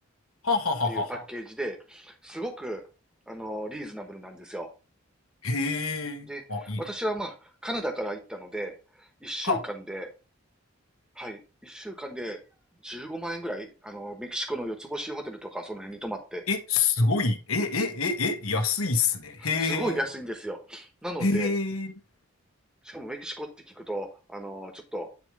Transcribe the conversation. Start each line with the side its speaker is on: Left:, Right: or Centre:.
Left: ははははは。
Centre: ていうパッケージで、すごく、あのーリーズナブルなんですよ。
Left: へえ。
Centre: で、
Left: あ、いいな。
Centre: 私はまあ、
Left: は
Centre: カナダから行ったので、一週間で、
Left: あ。
Centre: はい。一週間で15万円ぐらい、あの、メキシコの四つ星ホテルとかその辺に泊まって、
Left: え、すごい。え、え、え、え、安いっすね。へ
Centre: すごい安いんですよ。なので、
Left: え。へえ。
Centre: しかもメキシコって聞くと、あの、ちょっと